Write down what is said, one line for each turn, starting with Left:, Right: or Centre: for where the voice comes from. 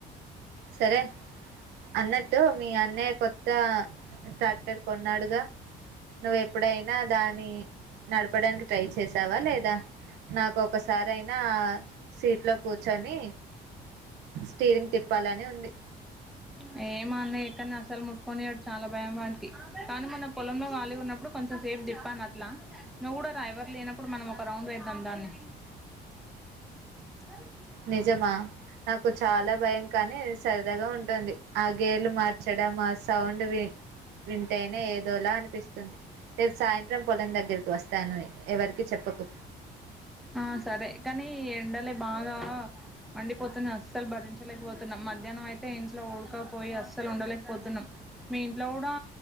Right: సరే అన్నట్టు మీ అన్నయ్య కొత్త ట్రాక్టర్ కొన్నాడుగా. నువ్వ ఎప్పుడైనా దాని నడపడానికి ట్రై చేసావా లేదా నాకు ఒక స సరైనా సీట్ లో కూర్చని స్టీరింగ్ తిప్ యాంది
Centre: యే మా అన్నయ్య ఎక్కనా అసలు ముట్కొనియాడు చాలా భయం వాన్నికి, కానీ మన పొలంలో గాలి ఉన్నప్పుడు కొంచెం సేఫ్ తిప్పను అట్లా. నువ్వు కూడా రా ఎవరు లేనప్పుడు మనం ఒక రౌండ్ వేద్దాం దాన్ని. ఎ
Right: నిజమా నాకు చాలా భయం కానీ స్ సరదాగా ఉంటంది ఆ గేర్లు మార్చడం ఆ సౌండ్ విన్ వింటేనే ఏదోలా అనిపిస్తుంది. రేపు సాయన్ త్రం పోలం దగ్గరికి వస్తాను ఎవరికి చెప్పకు
Centre: ఆ సరే కానీ ఎండలే బాగా మండిపోతున్నా అస్సలు భరించలేకపోతున్నాం, మధ్యాహ్నం అయితే ఇంట్లో ఊడకపోయి అస్సలు ఉండలేకపోతున్నాం. మీ ఇంట్లో కూడా